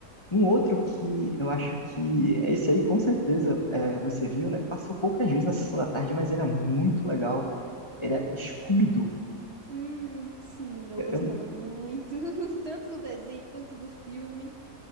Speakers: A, on the left; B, on the right.
A: Um outro que eu acho que esse aí com certeza é, você viu, né? Passou poucas vezes na sessão da tarde, mas era muito legal. Era Scooby-Doo.
B: Hum, sim, eu
A: Eu,
B: gostava
A: eu
B: muito, <laughs> tanto do desenho quanto do filme.